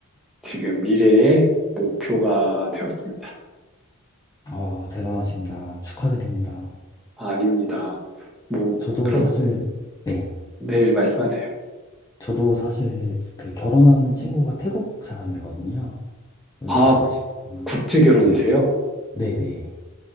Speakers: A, in the centre; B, on the left.
A: 지금 미래의 목표가 되었습니다.
B: 어, 대단하십니다. 축하드립니다.
A: 아, 아닙니다. 뭐
B: 저도
A: 그럼
B: 사실, 네.
A: 네 말씀하세요.
B: 저도 사실 그 결혼한 친구가 태국 사람이거든요. 어,
A: 아
B: 이제 그
A: 국-
B: 친구가,
A: 국제 결혼이세요?
B: 예. 네네.